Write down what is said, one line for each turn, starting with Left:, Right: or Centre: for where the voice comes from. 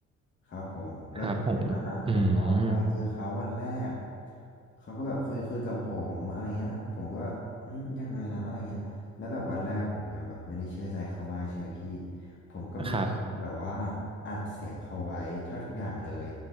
Left: ครับผมแล้วจากนั้นอ่ะผมก็ไปเจอเขาวันแรก
Right: ครับผมอืม
Left: เขาก็แบบคุยคุยกับผมอะไรเงี้ยผมก็แบบอืมยังไงนะอะไรเงี้ยแล้วแบบวันแรกผมยังแบบไม่ได้เชื่อใจเขามากใช่ไหมพี่ผมก็มีแบบว่า
Right: ครับ
Left: อัดเสียงเขาไว้แทบทุกอย่างเลย